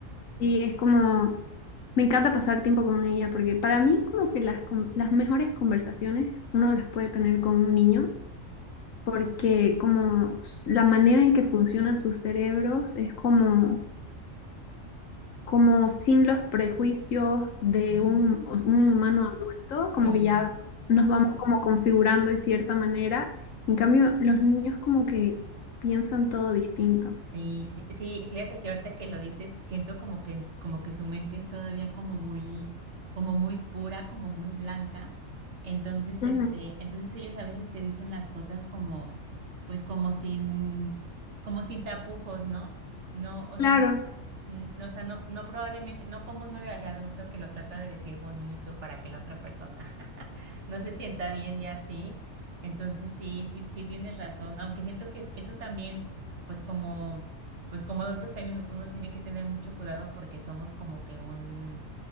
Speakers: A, on the left (about 85°); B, on the right (about 65°).
A: y es como, me encanta pasar tiempo con ella porque para mí como que las, con- las mejores conversaciones uno las puede tener con un niño porque como s- la manera en que funcionan sus cerebros es como, como sin los prejuicios de
B: Sí,
A: un, un humano adulto, como
B: sí,
A: que ya nos vamos como configurando de cierta manera. En cambio, los niños como que piensan todo distinto.
B: sí, sí, sí, Fíjate que ahorita que lo dices, siento como que, en s- como que su mente es todavía como muy, como muy pura, como muy blanca. Entonces,
A: Ujú.
B: este, entonces ellos a veces te dicen las cosas como, pues como sin, como sin tapujos, ¿no? No, o sea,
A: Claro,
B: no n- no, o sea, no, no probablemente, no como uno de, de adulto que lo trata de decir bonito para que la otra persona <laughs> no se sienta bien y así. Entonces sí, sí, sí tienes razón, aunque siento que eso también, pues como, pues como adultos también uno tiene que tener mucho cuidado porque somos como que un